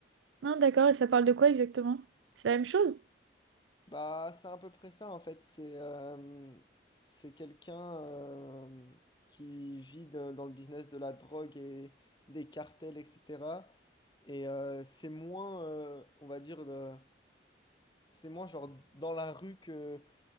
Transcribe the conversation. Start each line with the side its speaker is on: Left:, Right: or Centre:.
Right: Non, d'accord, et ça parle de quoi exactement? C'est la même chose?
Left: Bah, c'est à peu près ça en fait. C'est euh, c'est quelqu'un euh, qui vit de- dans le business de la drogue et des cartels, etc. Et euh, c'est moins, euh, on va dire, de- c'est moins genre dans la rue que,